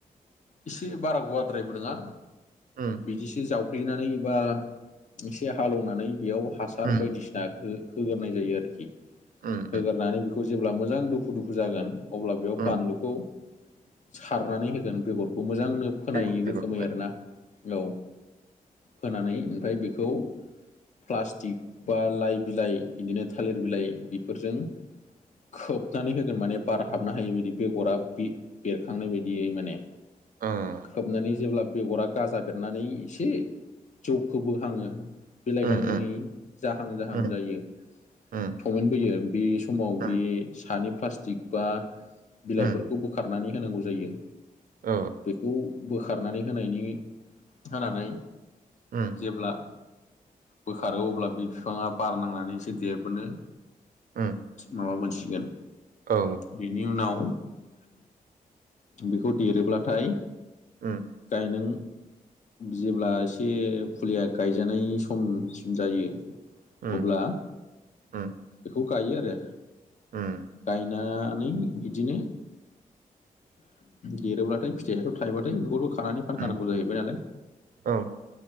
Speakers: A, on the left (about 55°); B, on the right (about 70°).
A: एसे बारा गवाद्रायबो नङा
B: उम
A: बिदिसो जावग्लिनानै बा एसे हालेवनानै बेयाव हासार
B: उम
A: बायदिसिना होगोरनाय जायो आरोखि
B: उम
A: होगोरनानै
B: उम
A: बेखौ खौ जेब्ला मोजां दुफु दुफु जागोन अब्ला बेयाव
B: उम
A: बानलुखौ सारनानै होगोन। बेगरखौ मोजांनो फोनायि
B: बेगर बेगरखौहाय
A: रोखोमै आरोना औ। फोनानै ओमफ्राय बेखौ प्लास्टिक बा लाइ बिलाइ बिदिनो थालिर बिलाइ बेफोरजों खोबनानै होगोन माने बार हाबनो हायि बायदि बेगरा बेरखांनाय बायदियै माने।
B: उम
A: खोबनानै जेब्ला बेगरा गाजा बेरनानै एसे जौखोबो हाङो बिलाइ गांनै
B: उम
A: जाहां जाहां
B: उम
A: जायो
B: उम
A: थमेन्टबोयो बे समाव
B: उम
A: बे सानि प्लास्टिक बा बिलाइफोरखौ
B: उम
A: बोखारनानै होनांगौ जायो
B: औ
A: बेखौ बोखारनानै होनायनि होनानै
B: उम
A: जेब्ला बोखारो अब्ला बि बिफाङा बार नांनानै एसो देबोनो
B: उम
A: माबा मोनसिगोन
B: औ
A: बेनि उनाव बेखौ देरोब्लाथाय
B: उम
A: गायनों जेब्ला एसे फुलिया गायजानायनि समसिम जायो।
B: उम
A: अब्ला
B: उम
A: बेखौ गायो आरो
B: उम
A: गायना नै बिदिनो देरोब्लाथाय फिथाइथ' थायोबाथाय बेखौथ' खानानै फानखानांगौ
B: उम
A: जाहैबाय नालाय।
B: औ